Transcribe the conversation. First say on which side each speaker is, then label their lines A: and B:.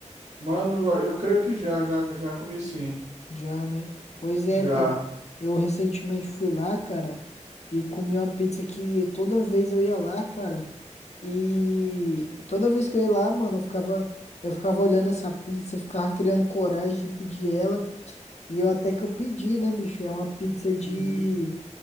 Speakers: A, on the right; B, on the left.
A: Mano, eu creio que já, já, já comi sim.
B: Já, né? Pois é,
A: Já.
B: cara. Eu recentemente fui lá, cara, e comi uma pizza que toda vez eu ia lá, cara. E toda vez que eu ia lá, mano, eu ficava, eu ficava olhando essa pizza, eu ficava criando coragem de pedir ela. E eu até que eu pedi, né, bicho? É uma pizza de
A: Uhum.